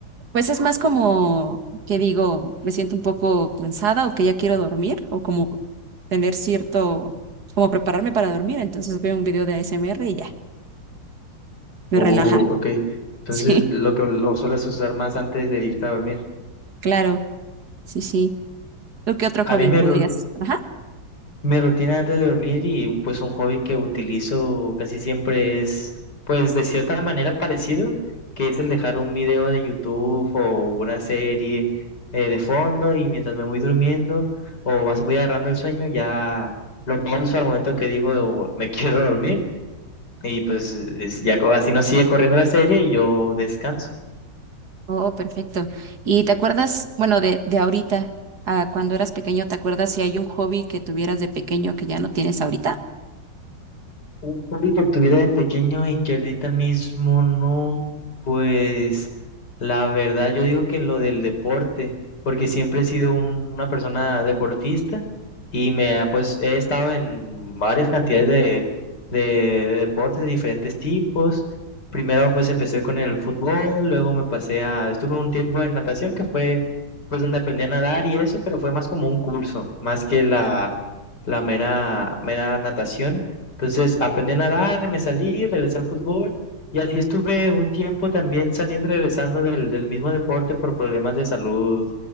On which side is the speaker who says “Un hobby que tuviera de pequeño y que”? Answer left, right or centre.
Left